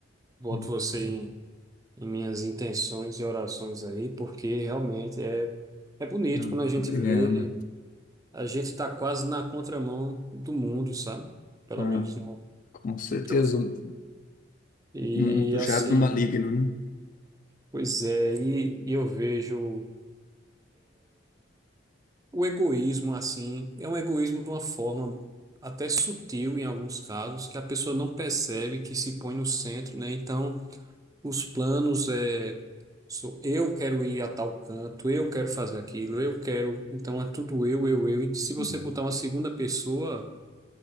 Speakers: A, on the right; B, on the left.
A: boto
B: Hum,
A: você em. em minhas intenções e orações aí, porque realmente é, é bonito
B: ah,
A: quando a gente
B: Obrigado.
A: vê, a gente está quase na contramão do mundo, sabe? Pelo
B: Ah,
A: menos no
B: com certeza,
A: que eu
B: um,
A: E
B: um do
A: assim,
B: jazz do maligno, né?
A: pois é, e, e eu vejo o egoísmo assim, é um egoísmo de uma forma até sutil em alguns casos, que a pessoa não percebe que se põe no centro, né? Então, Os planos é, sou eu quero ir a tal canto, eu quero fazer aquilo, eu quero. Então é tudo eu, eu, eu. E se você
B: Hum.
A: botar uma segunda pessoa,